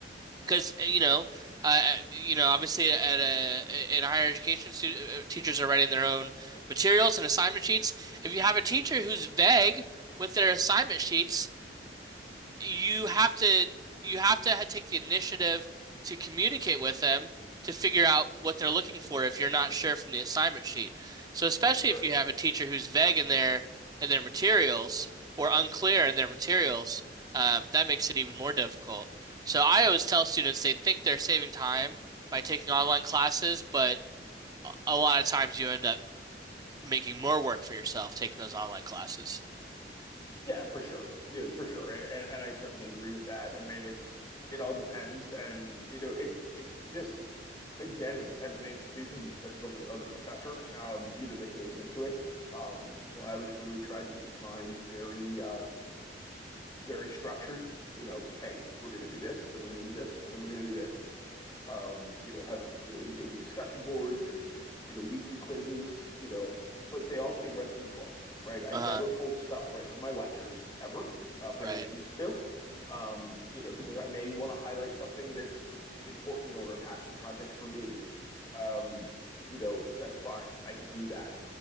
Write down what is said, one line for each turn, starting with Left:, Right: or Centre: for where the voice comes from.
Right: because you know, uh, eh, you know, obviously at a eh, in higher education, stu uh, teachers are writing their own materials and assignment sheets. If you have a teacher who's vague with their assignment sheets you have to you have to take the initiative to communicate with them to figure out what they're looking for if you're not sure from the assignment sheet. So especially
Left: for sure.
Right: if you have a teacher who's vague in their in their materials or unclear in their materials, um, that makes it even more difficult. So I always tell students they think they're saving time by taking online classes, but a a lot of times you end up making more work for yourself taking those online classes.
Left: Yeah, for sure. Yeah, for sure. And and I certainly agree with that. I mean, it's it all depends and you know, it it just again, it depends on the institution, it depends on the on the professor, um, you know, that goes into it. Um, you know, I always really tried to keep mine very um very structured. You know, hey, we're gonna do this, then we're gonna do this, then we're gonna do this. um, you know, have, you know, engaging discussion boards and, you know, weekly quizzes, you know, but they all came right from the book, right? I
Right: Uh,
Left: never pulled stuff right from my lectures ever. Um,
Right: right.
Left: I refused to, um, you know, because I may want to highlight something that's important or a passion project for me. Um, you know, that's fine. I can do that